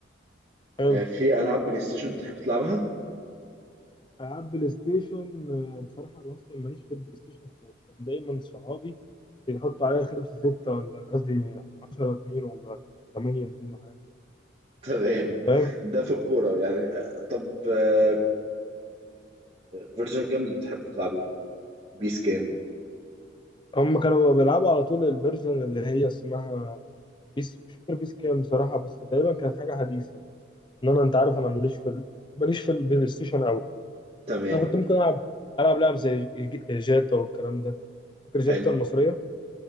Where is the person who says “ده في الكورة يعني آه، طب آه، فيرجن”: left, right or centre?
Right